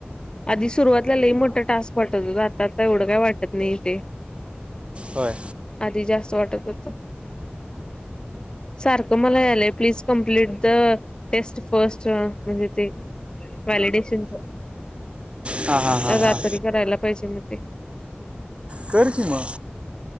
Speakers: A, on the left; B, on the right.
A: आधी सुरुवातला लयी मोठा टास्क वाटत होत आता- आता एवढं काय वाटत नाही ते
B: होय
A: आधी जास्त वाटत होतं सारखं मला यालय प्लीज कंप्लीट टेस्ट फस्ट म्हणजे ते वॅलिडेशनच
B: हां हां हां
A: रात्री
B: हां
A: करायला पाहिजे मग ते
B: कर की म